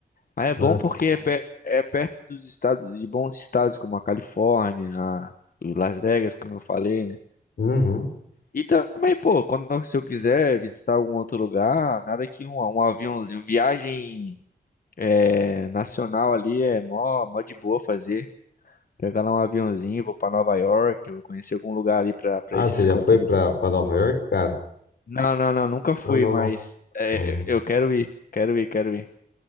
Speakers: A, on the left (about 60°); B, on the left (about 90°).
A: Mas é
B: Mas,
A: bom porque é, pe- é perto dos estados, de bons estados como a Califórnia, a Las Vegas, como eu falei, né?
B: uhum.
A: E também, pô, quando se eu quiser visitar algum outro lugar, nada que um, um aviãozinho, viagem é, nacional ali é mó, mó de boa fazer. Pegar lá um aviãozinho, vou pra Nova York, vou conhecer algum lugar ali pra, pra
B: Ah,
A: esses
B: você já
A: cantos
B: foi
A: ali,
B: pra,
A: sabe?
B: pra Nova York, cara?
A: Não, não, não, nunca fui,
B: Não, não,
A: mas
B: não.
A: é,
B: Hum.
A: eu quero ir, quero ir, quero ir,